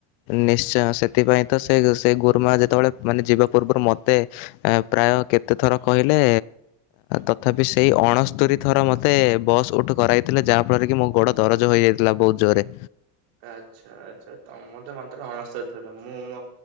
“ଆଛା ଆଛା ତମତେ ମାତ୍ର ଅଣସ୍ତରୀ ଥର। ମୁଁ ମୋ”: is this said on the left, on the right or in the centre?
Right